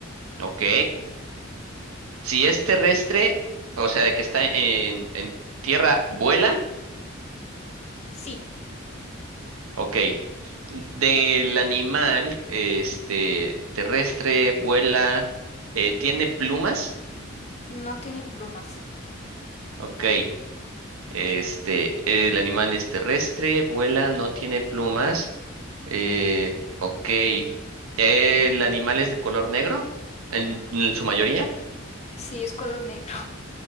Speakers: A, on the right (about 90°); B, on the left (about 30°).
A: Ok. Si es terrestre, o sea, de que está en, en tierra, vuela,
B: Sí,
A: ok. Del animal, este, terrestre, vuela, eh, tiene plumas,
B: no tiene plumas.
A: ok. Este, el animal es terrestre, vuela, no tiene plumas, eh, ok. ¿El animal es de color negro? ¿En, en su mayoría?
B: Sí, es color negro.